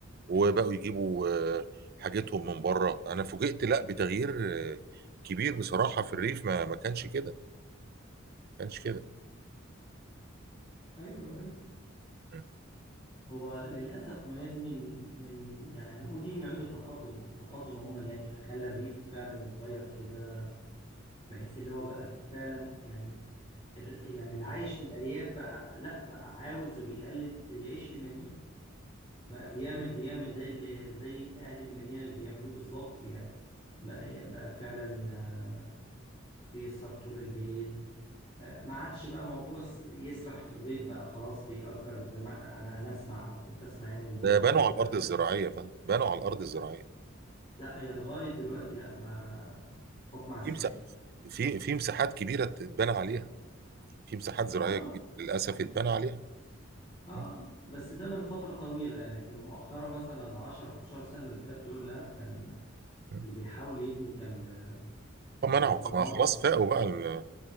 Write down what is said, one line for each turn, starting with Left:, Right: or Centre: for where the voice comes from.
Right: وبقوا يجيبوا آه، حاجتهم من بره انا فوجئت لا بتغيير آه، كبير بصراحة في الريف ما ما كانش كده ما كانش كده
Left: ايوه ايوه
Right: م.
Left: هو للأسف ما هي دي من من يعني هنقول دي من عيوب التقدم التقدم عموما يعني خلى الريف فعلا يتغير كده بحيث اللي هو بقى فعلا يعني الر- يعني اللي عايش في الأرياف بقى لا بقى عاوز وبيقلد يعيش في المدينة بقى بيعمل بيعمل زي اللي زي أهل المدينة اللي بيعملوه بالظبط يعني بقى بقى فعلا آه، بيسهر طول الليل آه، ما عادش بقى موضوع س- يسرح في الغيط بقى خلاص بيأجر زي ما انا انا اسمع او كنت اسمع يعني اللي هو
Right: ده
Left: خلاص
Right: بنوا على
Left: بقى
Right: الارض الزراعية يا فندم بنوا على الارض الزراعية
Left: لا هي لغاية دلوقتي لا ما حكم عسكري
Right: في مساحات في في مساحات كبيرة اتبنى عليها في مساحات زراعية
Left: اه
Right: كبيرة للاسف اتبنى عليها
Left: اه
Right: م.
Left: بس ده من فترة طويلة يعني لكن مؤخرا مثلا العشرة 15 سنة اللي فات دول لا كان
Right: م.
Left: اللي بيحاول يبني كان ب- بيتدمر
Right: منعوا ما خلاص
Left: له.
Right: فاقوا بقى ال-